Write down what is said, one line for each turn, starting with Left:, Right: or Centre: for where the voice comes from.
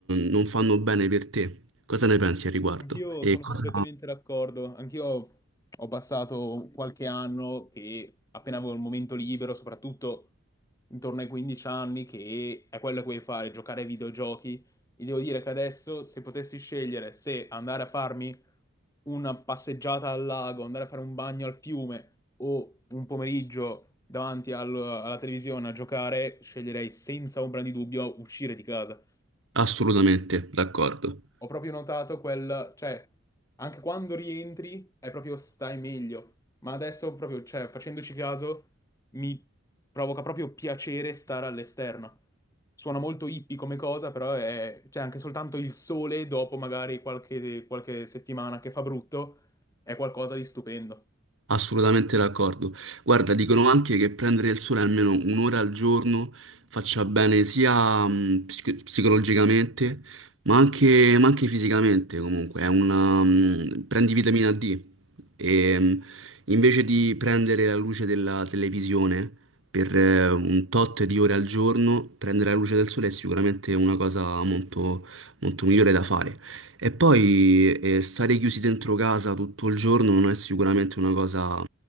Right: non fanno bene per te. Cosa ne pensi al riguardo?
Left: Anch'io
Right: E
Left: sono
Right: cosa...
Left: completamente d'accordo. Anch'io ho passato qualche anno che appena avevo il momento libero, soprattutto intorno ai 15 anni, che è quello che vuoi fare, giocare ai videogiochi. E devo dire che adesso, se potessi scegliere se andare a farmi una passeggiata al lago, andare a fare un bagno al fiume o un pomeriggio davanti al- alla televisione a giocare, sceglierei senza ombra di dubbio uscire di casa.
Right: Assolutamente, d'accordo.
Left: Ho proprio notato quel, cioè, anche quando rientri è proprio stai meglio, ma adesso proprio, cioè, facendoci caso, mi provoca proprio piacere stare all'esterno. Suona molto hippie come cosa, però è, cioè, anche soltanto il sole dopo magari qualche, qualche settimana che fa brutto, è qualcosa di stupendo.
Right: Assolutamente d'accordo. Guarda, dicono anche che prendere il sole almeno un'ora al giorno faccia bene sia mh, psico- psicologicamente, ma anche, ma anche fisicamente comunque. È una, mh, prendi vitamina D e mh, invece di prendere la luce della televisione per eh, un tot di ore al giorno, prendere la luce del sole è sicuramente una cosa molto, molto migliore da fare. E poi eh, stare chiusi dentro casa tutto il giorno non è sicuramente una cosa